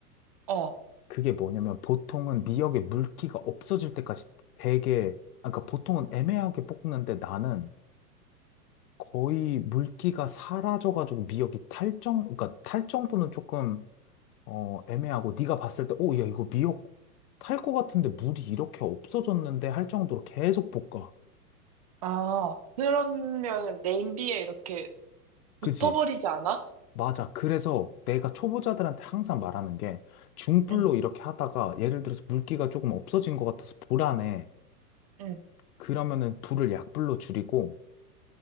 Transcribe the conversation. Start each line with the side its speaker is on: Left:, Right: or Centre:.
Right: 어.
Left: 그게 뭐냐면 보통은 미역에 물기가 없어질 때까지 되게, 아, 그러니까 보통은 애매하게 볶는데 나는 거의 물기가 사라져가지고 미역이 탈정, 그러니까 탈 정도는 조금, 어, 애매하고 네가 봤을 때, 오, 야, 이거 미역 탈 것 같은데 물이 이렇게 없어졌는데 할 정도로 계속 볶아.
Right: 아, 그러면 냄비에 이렇게 붙어버리지
Left: 그지?
Right: 않아?
Left: 맞아. 그래서 내가 초보자들한테 항상 말하는 게 중불로
Right: 응,
Left: 이렇게 하다가 예를 들어서 물기가 조금 없어진 것 같아서 불안해.
Right: 응,
Left: 그러면은 불을 약불로 줄이고